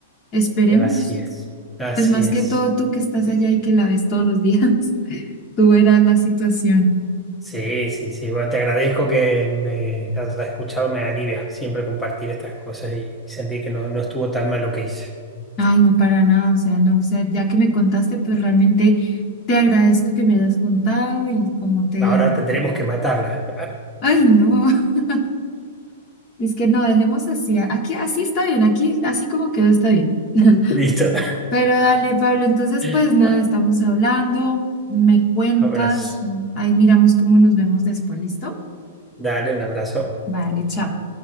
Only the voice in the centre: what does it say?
así es. Así
es.
Sí, sí, sí. Bueno, te agradezco que me hayas escuchado, me alivia siempre compartir estas cosas y, y sentir que no, no estuvo tan mal lo que hice.
Ahora tendremos que matarla.
<laughs> Listo.
<laughs>
Abrazo.
Dale, un abrazo.